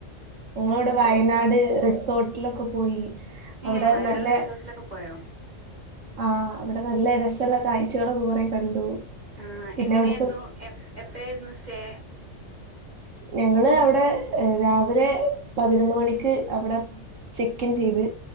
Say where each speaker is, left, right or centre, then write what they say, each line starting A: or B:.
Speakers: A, on the right; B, on the right.
A: ഞങ്ങളിവാടെ വയനാട്
B: ഓ
A: റിസോ ട്ലൊക്കെ പോയി അവിടെ
B: ഏഹ് വയനാട്
A: നല്ല
B: റിസോട്ലൊക്കെ പോയോ
A: ആഹ്.. അവ്ടെ നല്ലെ രസള്ള കായ്ചകളൊക്കെ കൊറേ കണ്ടു.
B: ആഹ്
A: പിന്നെ
B: എങ്ങനേന്നു,
A: അവിടുത്തെ
B: എ, എപ്പെയേര്ന്നു സ്റ്റേ
A: ഞങ്ങള് അവ്ടെ രാവിലെ പതിനൊന്നുമണിക്ക് അവ്ടെ ചെക്കിൻ ചെയ്ത്